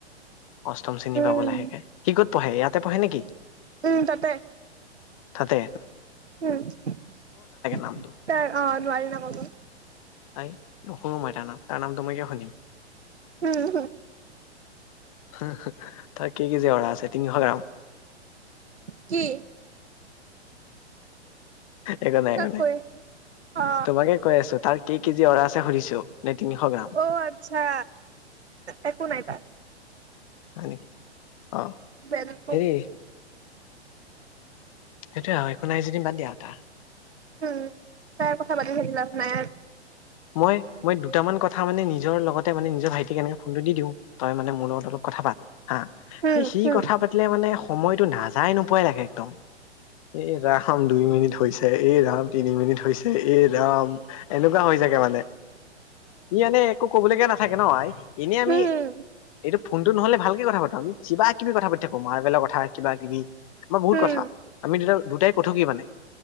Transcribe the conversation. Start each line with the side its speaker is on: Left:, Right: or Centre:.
Left: অষ্টম শ্ৰেণী
Right: উম
Left: পাব লাহেকে সি ক'ত পঢ়ে ইয়াতে পঢ়ে নেকি।
Right: উম তাতে।
Left: থাতে।
Right: উম ত অ
Left: নামটো
Right: নোৱাৰি নামাবো।
Left: তাই নোশুনো মই তাৰ নাম তাৰ নামটো মই কিয় শুনিম।
Right: উম হম,
Left: হু কি কি কেজি অৰা <unintelligible> আছে তিনিশ গ্ৰাম
Right: কি
Left: একো নাই
Right: তাক
Left: একো নাই
Right: কৈ অ
Left: তোমাকে কৈ আছো তাৰ কেই কেজি অ ৰা আছে সুধিছো। নে তিনিশ গ্ৰাম
Right: অ আচ্ছা একো নাই তাত।
Left: হয় নেকি? অ
Right: বেলেক
Left: হেৰি সেইটোয়ে একো নাই যদি বাদ দিয়া তাৰ।
Right: উম তাৰ কথা পাতি থাকি লাভ নাই আৰ।
Left: মই মই দুটামান কথা মানে নিজৰ লগতে মানে নিজৰ ভাইটি সি কেনেকে ফোনটো দি দিওঁ তই মানে মোৰ লগত অলপ কথা পাত হা
Right: উম
Left: সি
Right: উম
Left: কথা পাতিলে মানে সময় টো নাযায় নোপোৱাই লাগে একদম এ ৰাখাম দুই মিনিট হৈছে। এ ৰাম তিনি মিনিট হৈছে এ ৰাম এনেকুৱা হৈ যে মানে ই এনে একো কবলগীয়া নাথাকে ন আই এনেই আমি
Right: উম উম
Left: যেতিয়া ফোনটো নহ'লে ভালকে কথা পটো কিবা কিবি কথা পাতি থাকো মাৰ্বেলৰ কথা কিবা কিবি আমাৰ বহুত
Right: উম উম
Left: কথা আমি দুটা দুটাই কথকি কি মানে